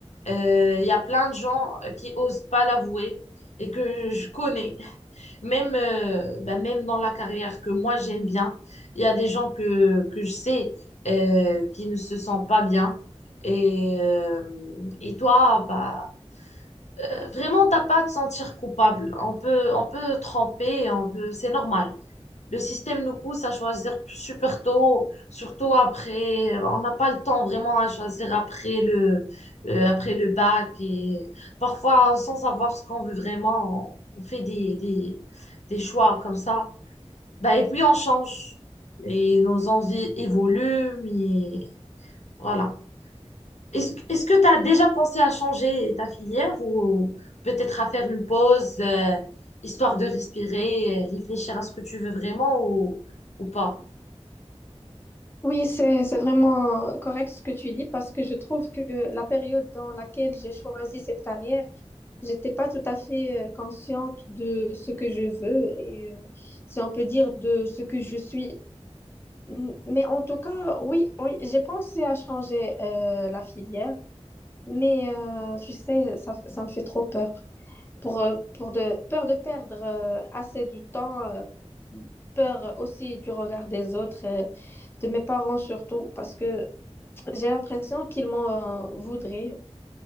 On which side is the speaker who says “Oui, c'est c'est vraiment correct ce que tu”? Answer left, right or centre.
Left